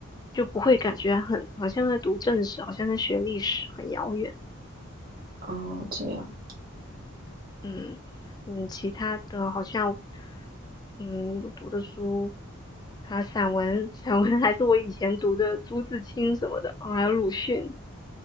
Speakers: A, on the left; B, on the right.
A: 就不会感觉很好像在读正史，好像在学历史，很遥远。
B: 啊这样。
A: 嗯嗯，其他的好像嗯我读的书，还有散文，散文还是我以前读的朱自清什么的，哦，还有鲁迅，